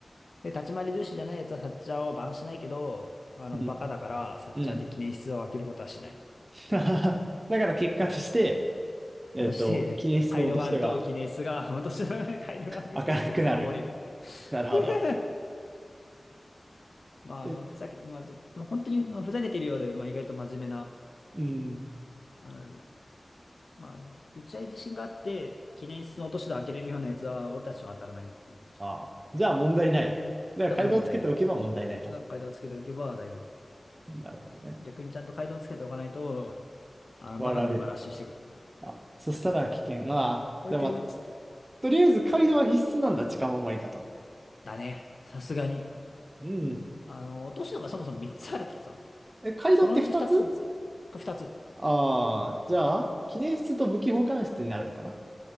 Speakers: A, on the left; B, on the right.
A: で、立ち回り重視じゃないやつはサッチャーをバンしないけど、あの、
B: うん。
A: バカだから、サッチャーで記念室を開けることはしない。
B: うん <laughs> だから結果として、えっと、
A: 果たして、
B: 記念室の落とし戸が
A: 街道があると、記念室が、本当に街道が開いてると守れるっていう。
B: 開かなくなる。
A: <laughs>
B: なるほど。
A: まあ、
B: え、
A: あの、ふざけ、まあ、ず本当にまあふざけてるようで、まあ、意外と真面目な、
B: うん。
A: あの、まあ、あの、打ち合い自信があって、記念室の落とし戸開けれるようなやつは、俺たちは当たらないっていう。
B: ああ。じゃあ問題ない。だから、
A: だから問題ない。
B: 階段をつけておけば問題ないと。
A: だから、回答つけておけば大丈夫。
B: なるほどね。
A: 逆にちゃんと回答つけておかないと、あの、
B: 割られる。
A: バカどもがラッシュしてくる。
B: あ、そしたら危険が、
A: 置いてるっつって。
B: じゃあまあ、とりあえず街道は必須なんだ、近守りだと。
A: だね。さすがに。
B: うん。
A: あの、落とし戸がそもそも3つあるからさ、
B: え、街道って2つ
A: そのうち2つ見つける。2つ。
B: ああー、じゃあ、記念室と武器保管室になるのかな